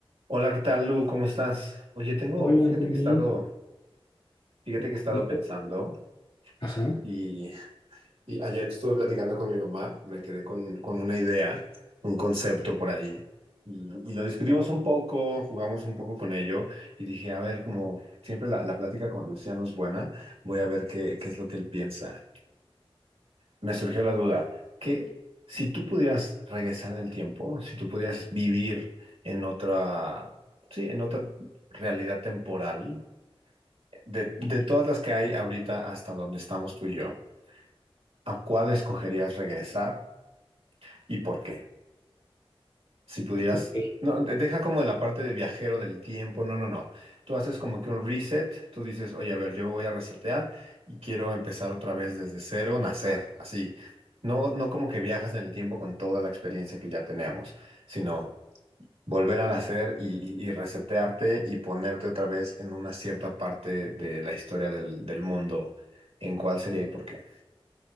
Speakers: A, on the right; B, on the left.
A: Hola, ¿qué tal, Lu? ¿Cómo estás? Oye, tengo,
B: Hola,
A: fíjate
B: muy
A: que
B: bien.
A: he estado, fíjate que he estado
B: Me
A: pensando
B: Ajá,
A: y, y ayer estuve platicando con mi mamá, me quedé con, con una idea, un concepto por ahí y, y lo discutimos un poco, jugamos un poco con ello y dije, a ver, como siempre la, la plática con Luciano es buena, voy a ver qué, qué es lo que él piensa me surgió la duda, que si tú pudieras regresar en el tiempo, si tú pudieras vivir en otra, sí, en otra realidad temporal, de, de todas las que hay ahorita hasta donde estamos tú y yo, ¿a cuál escogerías regresar y por qué? si pudieras,
B: ok.
A: no, de- deja como la parte de viajero del tiempo, no, no, no. Tú haces como que un reset, tú dices, oye, a ver, yo voy a resetear y quiero empezar otra vez desde cero, nacer, así. No, no como que viajas en el tiempo con toda la experiencia que ya tenemos, sino volver a nacer y, y- y resetearte y ponerte otra vez en una cierta parte de la historia del, del mundo, en cuál sería y por qué.